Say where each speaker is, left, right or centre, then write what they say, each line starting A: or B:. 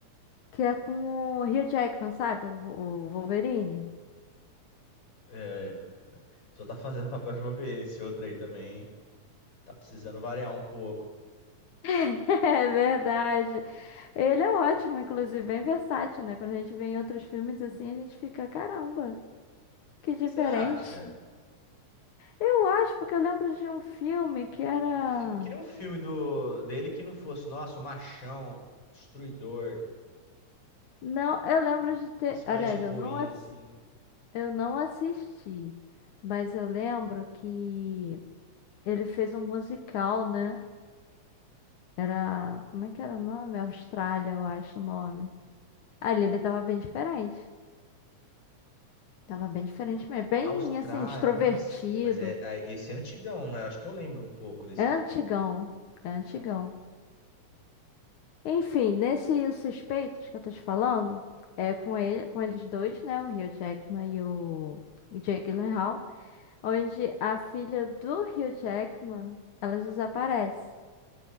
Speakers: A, on the left (about 80°); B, on the left (about 40°).
A: que é com o Hugh Jackman, sabe? O Vo- o Wolverine.
B: É, só tá fazendo papel de Wolverine esse outro aí também. Tá precisando variar um pouco.
A: <laughs> É verdade. Ele é ótimo, inclusive, bem versátil, né? Quando a gente vê em outros filmes assim, a gente fica, caramba, que diferente.
B: Você acha?
A: Eu acho, porque eu lembro de um filme que era.
B: Um fi- Eu queria um filme do dele que não fosse, nossa, o machão, destruidor,
A: Não, eu lembro
B: que
A: de ter.
B: fosse
A: Aliás,
B: mais de boinha,
A: eu não, ass-
B: assim.
A: eu não assisti, mas eu lembro que ele fez um musical, né? Era. Como é que era o nome? Austrália, eu acho o nome. Ali ele tava bem diferente. Tava bem diferente mesmo. Bem,
B: Austrália,
A: assim, extrovertido.
B: nossa. Mas é, é- esse é antigão, né? Acho que eu lembro um pouco desse.
A: É antigão, é antigão. Enfim, nesse Os Suspeitos que eu tô te falando, é com ele, com eles dois, né, o Hugh Jackman e o Jake Gyllenhaal, onde a filha do Hugh Jackman, ela desaparece.